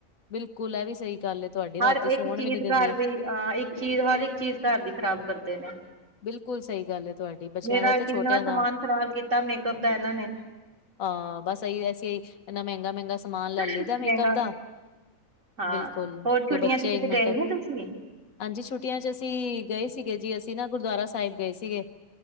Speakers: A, on the left; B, on the right.
A: ਬਿਲਕੁਲ ਇਹ ਵੀ ਸਹੀ ਗੱਲ ਏ ਤੁਹਾਡੀ,
B: ਹਰ
A: ਰਾਤੀ ਸੌਣ
B: ਇੱਕ ਚੀਜ਼
A: ਵੀ ਨੀ ਦਿੰਦੀ।
B: ਘਰ ਦੀ ਅ ਇੱਕ ਚੀਜ਼ ਹਰ ਇੱਕ ਚੀਜ਼ ਘਰ ਦੀ ਖ਼ਰਾਬ ਕਰਦੇ ਨੇ
A: ਬਿਲਕੁਲ ਸਹੀ ਗੱਲ ਹੈ ਤੁਹਾਡੀ ਬੱਚਿਆਂ
B: ਮੇਰਾ
A: ਦਾ ਤੇ
B: ਕਿੰਨਾ
A: ਛੋਟਿਆਂ ਦਾ
B: ਸਮਾਨ ਖ਼ਰਾਬ ਕੀਤਾ ਮੇਕਅਪ ਦਾ ਇਹਨਾਂ ਨੇ
A: ਹਾਂ ਬਸ ਇਹੀ ਐਸੀ ਇਨਾ ਮਹਿੰਗਾ ਮਹਿੰਗਾ ਸਮਾਨ ਲੈ
B: ਮਹਿੰਗਾ
A: ਲਦਾ ਮੇਕਅਪ ਦਾ
B: ਹਾਂ
A: ਬਿਲਕੁਲ
B: ਹੋਰ ਛੁੱਟੀਆਂ
A: ਤੇ ਬੱਚੇ
B: ਚ ਕਿਤੇ
A: ਇਕ ਮਿੰਟ-
B: ਗਏ ਨੀ ਤੁਸੀਂ
A: ਹਾਂਜੀ ਛੁੱਟੀਆਂ ਚ ਅਸੀ ਗਏ ਸੀਗੇ ਜੀ ਅਸੀ ਨਾ ਗੁਰਦੁਆਰਾ ਸਾਹਿਬ ਗਏ ਸੀਗੇ